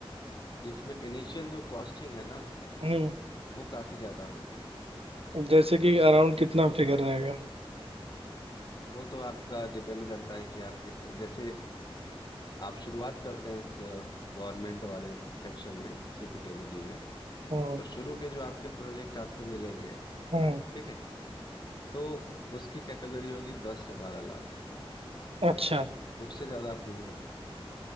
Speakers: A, on the left; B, on the right.
A: कि इसमें इनिशियल जो कॉस्टिंग है ना
B: हम्म
A: वो काफ़ी ज़्यादा होगी
B: जैसे कि अराउंड कितना फिगर रहेगा
A: वो तो आपका डिपेंड करता है कि आप किस तरह- जैसे आप शुरुआत करते हैं इस गवर्नमेंट वाले सेक्शन में सीपीडब्ल्यूडी में
B: हम्म
A: तो शुरू के जो आपके प्रोजेक्ट आपको मिलेंगे
B: हम्म
A: ठीक है तो उसकी कैटेगरी होगी दस से बारह लाख
B: अच्छा
A: उससे ज़्यादा आप नहीं कर सकते